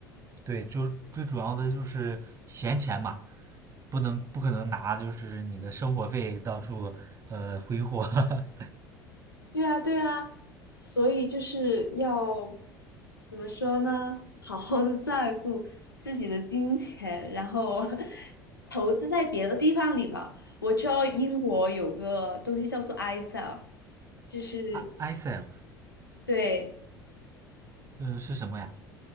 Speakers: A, on the right; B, on the left.
A: 对，就最主要的就是闲钱嘛，不能不可能拿就是你的生活费到处呃挥霍。<laughs>
B: 对啊，对啊，所以就是要怎么说呢？好好的照顾自己的金钱，然后 <laughs> 投资在别的地方里吧。我知道英国有个东西叫做 ISA，就是
A: I ISA
B: 对，
A: 呃是什么呀？